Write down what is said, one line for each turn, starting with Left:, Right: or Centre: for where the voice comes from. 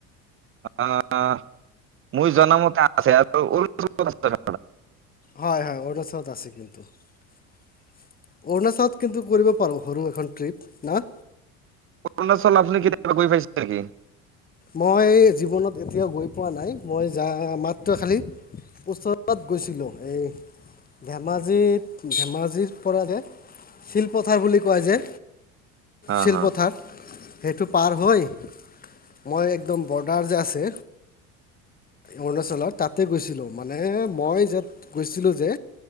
Right: আ মোৰ জনা মতে আছে আৰু কত
Left: হয় হয় অৰুণাচলত আছে কিন্তু অৰুণাচলত কিন্তু কৰিব পাৰোঁ সৰু এখন ট্ৰিপ না
Right: অৰুণাচল আপুনি কেতিয়াবা গৈ পাইছে নেকি
Left: মই জীৱনত এতিয়াও গৈ পোৱা নাই মই যা মাত্ৰ খালী ওচৰত গৈছিলোঁ এই ধেমাজিত ধেমাজিৰ পৰা যে শিলপথাৰ বুলি কয় যে
Right: হা
Left: শিলপথাৰ
Right: হা
Left: সেইটো পাৰ হৈ মই একদম বৰ্ডাৰ যে আছে অৰুণাচলত তাতে গৈছিলোঁ মানে মই যত গৈছিলোঁ যে